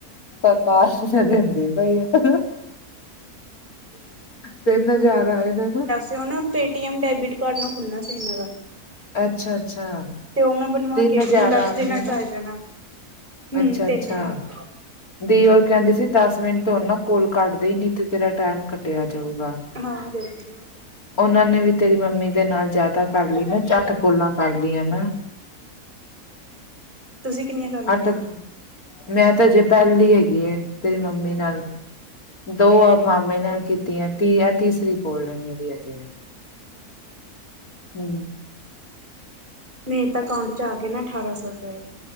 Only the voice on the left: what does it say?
<unintelligible> ਦੇਂਦੀ ਬਈ <inaudible> ਤਿੰਨ ਹਜ਼ਾਰ ਆਏ ਨੇ ਨਾ।
ਅੱਛਾ ਅੱਛਾ
ਤਿੰਨ
ਹਜ਼ਾਰ
ਆਣਗੇ
ਨਾ
ਅੱਛਾ
ਅੱਛਾ
ਦੀ ਰ ਕਹਿੰਦੀ ਸੀ ਦਸ ਮਿੰਟ ਨਾ ਕੋਲ ਕੱਟਦੇ ਨਹੀਂ ਤੇ ਤੇਰਾ ਟੈਮ ਕੱਟਿਆ ਜਾਊਗਾ।
ਉਹਨਾਂ ਨੇ ਵੀ ਤੇਰੀ ਮੰਮੀ ਦੇ ਨਾਲ ਜ਼ਿਆਦਾ ਕਰ ਲਈ ਨਾ
ਝੱਟ
ਕੋਲਾਂ ਕਰ ਲਈਆਂ ਨਾ।
ਅੱਠ ਮੈਂ ਤਾਂ ਅਜੇ ਪਹਿਲੀ ਹੈਗੀ ਹੈ ਤੇਰੀ ਮੰਮੀ
ਨਾਲ ਦੋ ਆ ਮਾਮੇ ਨਾਲ ਕੀਤੀਆਂ ਤੀ ਤੀਸਰੀ ਕੋਲ ਰਹਿੰਦੀ ਅਜੇ
ਹੂੰ